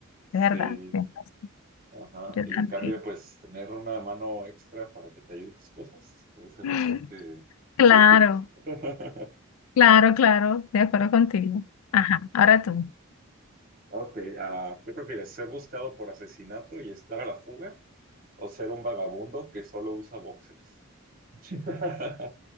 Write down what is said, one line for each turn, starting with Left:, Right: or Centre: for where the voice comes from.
Right: Sí.
Left: De verdad, tienes razón,
Right: Ajá.
Left: yo
Right: Y
Left: también.
Right: en cambio, pues tener una mano extra para que te ayude en tus cosas puede ser
Left: <laughs>
Right: bastante
Left: Claro,
Right: útil. <laughs>
Left: claro, claro, de acuerdo contigo. Ajá, ahora tú.
Right: Ok, ah, ¿qué prefieres? ¿Ser buscado por asesinato y estar a la fuga? ¿O ser un vagabundo que solo usa boxers? <laughs>